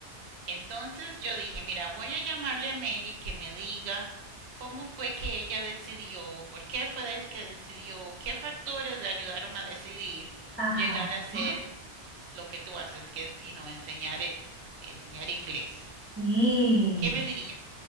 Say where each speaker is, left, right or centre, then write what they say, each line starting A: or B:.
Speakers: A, on the right (about 70°); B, on the right (about 15°).
A: Entonces yo dije, mira, voy a llamarle a Mary que me diga cómo fue que ella decidió, por qué fue que decidió, qué factores le ayudaron a decidir
B: Ajá.
A: llegar a ser
B: ajá,
A: lo que tú haces, que es, you know, enseñar, eh, enseñar inglés.
B: Sí.
A: ¿Qué me diría?